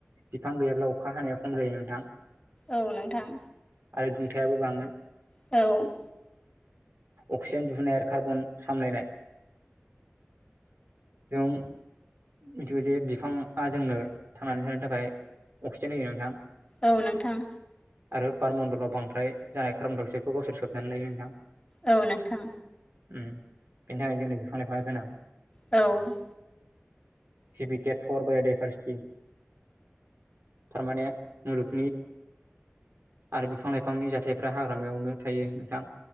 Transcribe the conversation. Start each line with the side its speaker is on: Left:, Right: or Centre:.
Right: बिफां गैयाब्ला अखा हानाया खम जायो नोंथां।
Left: औ नोंथां
Right: आरो दुंथायाबो बाङो।
Left: औ
Right: अक्सिजेन दिुहुननाय आरो कार्बन सामलायनाय। जों मिथिगौ जे बिफाङा जोंनो थांनानै थानो थाखाय अक्सिजेन होयो नोंथां।
Left: औ नोंथां
Right: आरो बारमण्डलाव बांद्राय जानाय कार्बन-डाइ- अक्साइडखौ गावसोर सोबनानै लायो नोंथां।
Left: औ नोंथां
Right: उम बेनि थाखाय जोंनि बिफां-लाइफांया गोनां
Left: औ
Right: जिबिकेट फर बायदायभारस्थि। थारमाने नि आरो बिफां लाइफांनि जाथायफ्रा हाग्रामायावनो थायो नोंथां।